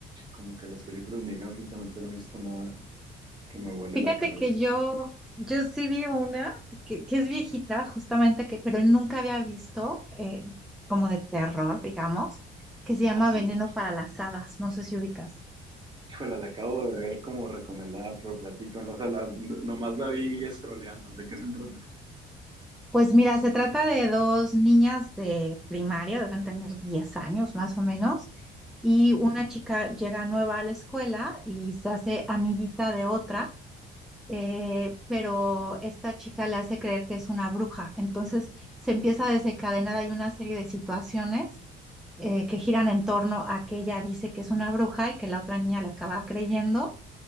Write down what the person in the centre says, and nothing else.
Fíjate
que yo, yo sí vi una que, que es viejita, justamente que, pero nunca había visto eh, como de terror, digamos, que se llama
Veneno para las Hadas. No sé si ubicas.
Pues mira, se trata de dos niñas de primaria, deben tener 10 años más o menos, y una chica llega nueva a la escuela y se hace amiguita de otra eh, pero esta chica le hace creer que es una bruja. Entonces se empieza a desencadenar, hay una serie de situaciones eh, que giran en torno a que ella dice que es una bruja y que la otra niña la acaba creyendo.